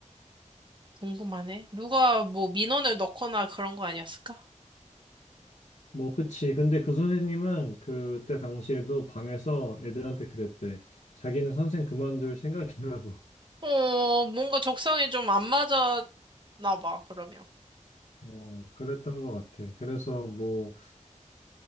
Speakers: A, on the right; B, on the left.
A: 궁금하네. 누가 뭐 민원을 넣거나 그런 거 아니었을까?
B: 뭐 그치. 근데 그 선생님은 그때 당시에도 방에서 애들한테 그랬대. 자기는 선생 그만둘 생각이라고.
A: 어, 뭔가 적성에 좀 안 맞았나 봐, 그러면.
B: <laughs> 어, 그랬던 것 같아. 그래서 뭐